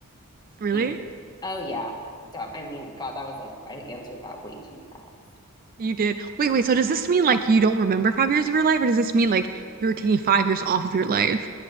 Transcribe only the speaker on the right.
Really?
You did. Wait, wait. So does this mean like you don't remember five years of your life, or does this mean like you're taking five years off of your life?